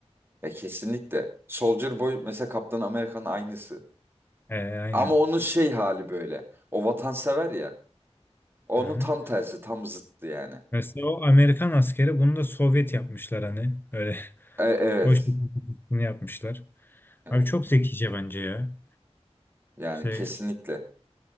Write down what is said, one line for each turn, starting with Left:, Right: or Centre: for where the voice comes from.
Right: Ya kesinlikle. Soldier Boy mesela Kaptan Amerika'nın aynısı.
Left: Ee, aynen.
Right: Ama onun şey hali böyle. O vatansever ya. Onun
Left: Aha.
Right: tam tersi, tam zıttı yani.
Left: Mesela o Amerikan askeri bunu da Sovyet yapmışlar hani. Öyle
Right: E, evet.
Left: <laughs> o şekilde yapmışlar.
Right: Evet.
Left: Abi çok zekice bence ya.
Right: Yani
Left: Şey
Right: kesinlikle.